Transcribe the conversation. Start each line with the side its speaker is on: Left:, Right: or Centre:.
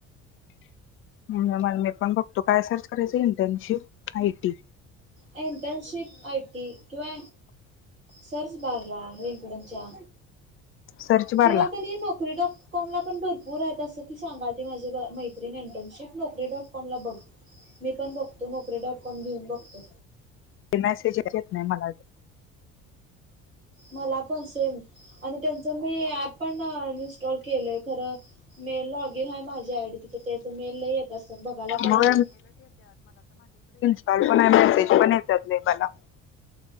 Left: मला मी पण बघतो काय सर्च करायचं internship I T.
Right: Internship I T किंवा सर्च बारला लिंकडीनच्या
Left: सर्च बारला
Right: किंवा की नाही नोकरी डॉट कॉम ला पण भरपूर आहेत अस. ती सांगाल, ती माझी मैत्रिणी इंटर्नशिप नोकरी डॉट कॉमला बघ. मी पण बघतो. नोकरी डॉट कॉम घेऊन बघतो.
Left: ते मॅसेजच येत नाही मला बी.
Right: मला पण सेम आणि त्यांच मी ऍप पण अ इनस्टॉल केलंय खरं मेल लॉग इन आहे माझी आय डी तिथं त्याच मेल येत असतात बघायला पाहिजे.
Left: मग कॉल पण नाय, मेसेज पण येत्यात लई बाला